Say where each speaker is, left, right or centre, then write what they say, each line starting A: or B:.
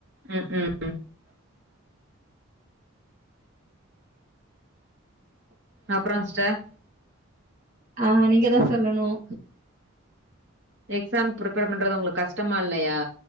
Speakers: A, on the right; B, on the right.
A: ம் ம் அப்புறம் சிஸ்டர்
B: ஆஹ் நீங்க தான் சொல்லணும்
A: எக்ஸாம் ப்ரிப்பேர் பண்றது உங்களுக்கு கஷ்டமா இல்லையா